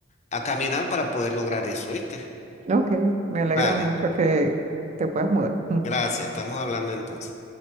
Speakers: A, on the left; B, on the right.
A: a caminar para poder lograr eso, ¿viste?
B: ok, me alegra
A: Vale,
B: mucho que te puedas mudar. <laughs>
A: gracias, estamos hablando entonces.